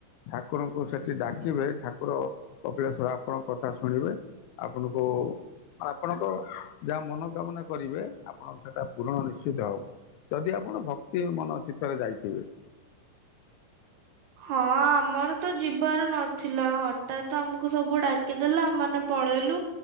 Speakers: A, on the left (about 90°); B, on the right (about 70°).
A: ଠାକୁରଙ୍କୁ ସେଠି ଡାକିବେ ଠାକୁର କପିଳେଶ୍ବର ଆପଣଙ୍କ କଥା ଶୁଣିବେ । ଆପଣଙ୍କୁ ଆପଣଙ୍କ ଯାହା ମନକାମନା କରିବେ ଆ- ହଁ ସେଟା ପୂରଣ ନିଶ୍ଚିତ ହବ, ଯଦି ଆପଣ ଭକ୍ତି ମନ ଚିତ୍ତରେ ଯାଇଥିବେ।
B: ହଁ ଆମର ତ ଯିବାର ନଥିଲା, ହଠାତ୍ ଆମକୁ ସବୁ ଡାକିଦେଲା ଆମ୍ ମାନେ ପଳେଇଲୁ।